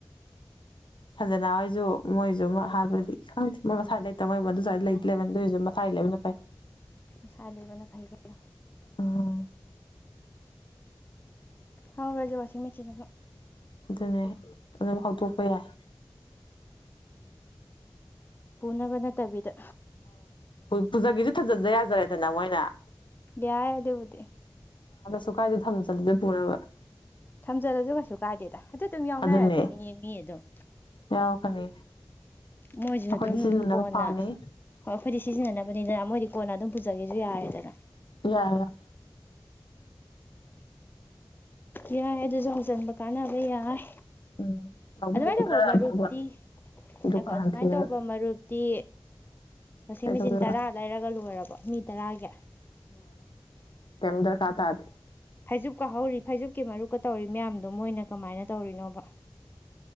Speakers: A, on the left (about 70°); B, on the left (about 25°).
A: ꯁꯟꯖꯅꯥ ꯍꯣꯏꯁꯨ ꯃꯣꯏꯁꯨ ꯍꯥꯏꯕꯗꯤ ꯏꯪ ꯊ ꯃꯁꯥꯏ ꯂꯩꯇꯕ ꯃꯣꯏ ꯑꯗꯨꯁꯨ ꯂꯩꯇ ꯂꯩꯕꯁꯨ ꯃꯁꯥꯏ ꯂꯩꯕꯅ ꯄꯥꯏ
B: ꯉꯁꯥ ꯂꯩꯕꯅ ꯐꯩ ꯀꯩꯅꯣ
A: ꯎꯝ
B: ꯍꯥꯎ ꯔꯖꯦ ꯋꯥꯁꯤ ꯃꯦꯁꯤꯤꯟ
A: ꯑꯗꯨꯅꯦ ꯑꯗꯨꯝ ꯍꯧꯗꯣꯛꯄ ꯌꯥꯏ
B: ꯄ ꯄꯨꯅꯕ ꯅ ꯇꯕꯤꯗ
A: ꯄꯨꯖꯒꯤꯁꯨꯦ ꯊꯥꯖꯟꯖ ꯌꯥꯖꯔꯦꯗꯅ ꯃꯣꯏꯅ
B: ꯌꯥꯏꯗꯦꯕꯨꯗꯤꯦ
A: ꯑ ꯀꯥꯏꯗ ꯊꯝ ꯆꯠꯂꯁꯦ ꯄꯨꯅꯕ
B: ꯊꯝꯖꯤꯜꯂꯁꯨ ꯀꯩꯁꯨ ꯀꯥꯏꯗꯦꯗ ꯑꯗꯨ ꯑꯗꯨꯝ ꯌꯥꯎꯅꯔꯛꯀꯅꯤꯌꯦ
A: ꯑꯗꯨꯅꯦ
B: ꯃꯤ ꯑꯗꯨꯝ
A: ꯌꯥꯎꯔꯛꯀꯅꯤ
B: ꯃꯣꯏꯁꯨ
A: ꯑꯩꯈꯣꯏꯗꯤ
B: ꯑꯗꯨꯝ
A: ꯁꯤꯖꯤꯟꯅꯅꯕ
B: ꯀꯣꯟꯅ
A: ꯄꯥꯝꯃꯤ
B: ꯍꯣꯏ ꯑꯩꯈꯣꯏꯗꯤ ꯁꯤꯖꯤꯟꯅꯅꯕꯅꯤꯅ ꯃꯣꯏꯗꯤ ꯀꯣꯟꯅ ꯑꯗꯨꯝ ꯄꯨꯖꯒꯦꯁꯨ ꯌꯥꯔꯦꯗꯅ
A: ꯋꯥ ꯋꯥ
B: ꯌꯥꯏ ꯑꯗꯨꯁꯨ ꯍꯧꯖꯤꯟꯕ ꯀꯥꯟꯅꯕ ꯌꯥꯏ
A: ꯎꯝ ꯂꯧꯕꯨꯛ
B: ꯑꯗꯨꯃꯥꯏꯅ ꯇꯧꯕ
A: ꯈꯔ
B: ꯃꯔꯨꯞꯇꯤ
A: ꯑꯐꯕ ꯗꯨꯀꯥꯟ
B: ꯍꯥꯏꯈꯣ ꯑꯗꯨꯃꯥꯏꯅ
A: ꯊꯤꯔꯒ
B: ꯇꯧꯕ ꯃꯔꯨꯞ ꯇꯤ ꯋꯥꯁꯤꯡ
A: ꯀꯩꯗꯧꯗꯣꯏꯕ
B: ꯃꯦꯆꯤꯟ ꯇꯔꯥ ꯂꯩꯔꯒ ꯂꯣꯏꯔꯕ ꯃꯤ ꯇꯔꯥꯒꯤ
A: ꯀꯗꯔ ꯈꯥ ꯇꯗ
B: ꯐꯩꯖꯨꯞꯀꯥ ꯍꯧꯔꯤ ꯐꯩꯖꯨꯞꯀꯤ ꯃꯔꯨꯞꯀ ꯇꯧꯔꯤ ꯃꯌꯥꯝꯗꯣ ꯃꯣꯏꯅ ꯀꯃꯥꯏꯅ ꯇꯧꯔꯤꯅꯣꯕ